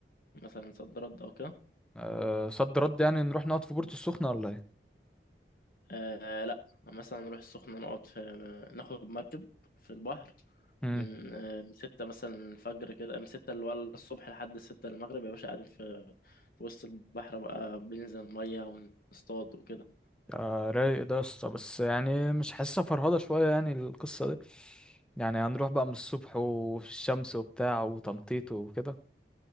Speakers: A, on the left; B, in the centre.
A: مثلا صد رد او كده
B: أه صد رد يعني نروح نقعد في بورتو السخنه ولا ايه
A: آه لا مثلا نروح السخنه نقعد في ناخد مركب في البحر
B: امم
A: من آه من ستة مثلا الفجر كده من ستة اللي هو الصبح لحد ستة المغرب يا باشا قاعدين في في وسط البحر بقى بننزل المية ونصطاد وكده
B: آه رايق ده يا اسطى بس يعني مش حاسسها فرهضه شويه يعني القصه دي يعني هنروح بقى من الصبح وفي الشمس وبتاع وتنطيط وكده